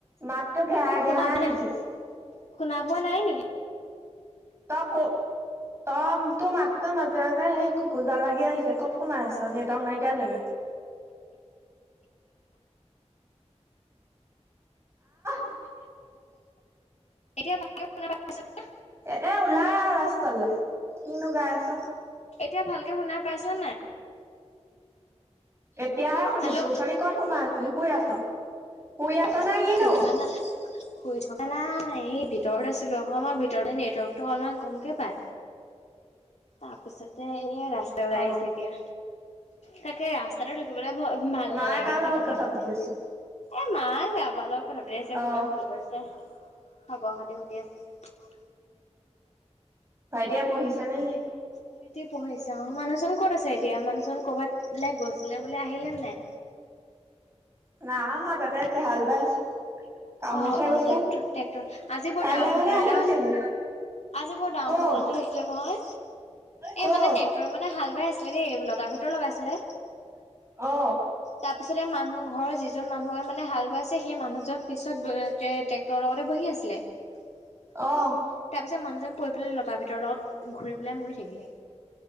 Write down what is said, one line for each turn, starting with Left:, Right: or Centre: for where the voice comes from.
Right: মাতো ঘেহাই
Left: শুনা
Right: ঘেহাই
Left: পোৱা
Right: আহিছে।
Left: নাই শুনা পোৱা নাই নেকি?
Right: ত ক'ত, তই, তোৰ মাতটা মাজ তেনেকে সেই খুোকোজা লাগি আহিছে ক'ত কমাই আছ নেটৱৰ্ক নাইকিয়া জেগাত। <unintelligible> আহ!
Left: এতিয়া ভালকে শুনা পাইছ নে?
Right: এ এ ওলাই আৰু ৰাস্তালৈ, কিনো গাই আছ।
Left: এতিয়া ভালকে শুনা পাইছ নাই?
Right: এতিয়াহে শুনিছো
Left: হেল্ল'
Right: অথনি কত সোমাই আছিলি? শুই আছ? শুই আছ
Left: এ
Right: নে কিনো?
Left: শুই থকা নাই। শুই থকা নাই, এই ভিতৰত আছিলো আক, ভিতৰতে নেটৱৰ্কতটো অলমান কমকে পাই। তাৰপিছতে এ ৰাস্তা ওলাই
Right: অ'।
Left: আহিছে এতিয়া। তাকে ৰাস্তাটো থাকিবলৈ ভাল
Right: মায়ে
Left: নালাগে
Right: কাৰ লগত
Left: যে কথা পাতি।
Right: আছে?
Left: এ মায়ে কাৰবাৰ লগত কথা পাতি আছে
Right: অ'।
Left: কোনোবাই ফোন কৰিছে। খবৰ খাতি সুধি আছে।
Right: ভাইটিয়ে পঢ়িছে নে কি?
Left: ভাইটি পঢ়িছা অঁ। মানুহজন ক'ত আছে? তেওঁ মানুহজন কৰবাত গৈছিলে বোলে আহিলে নাই?
Right: নাই অহা তাতে আছে, হাল বাই আছে। কামতহে
Left: অ', অ,
Right: গৈছে।
Left: ' টেক্টৰ টেক্টৰ আজি বৰ
Right: কাইলৈ
Left: ডাঙৰ
Right: মানে
Left: ঘটনা
Right: আহিবা
Left: এটা
Right: চাগে।
Left: আজি বৰ ডাঙৰ
Right: ক'ত
Left: ঘটনাটো দেখিলো নহয়।
Right: ক'ত
Left: এই মানে ট্ৰেক্টৰে মানে হাল বাই আছিলে দেই লতাৰ ভিতৰ লগাইছিলে
Right: অ
Left: তাৰপিছতে মানুহ ঘৰৰ যিজন মানুহে মানে হাল বোৱাইছে সেই মানুহজন পিছত ট্ৰেক্টৰৰ লগতে বহি আছিলে। তাৰ
Right: অ
Left: পিছ যে মানুহজন পৰি পেলাই লতাৰ ভিতৰ লগত ঘূৰি পেলাই মৰি থাকিলে।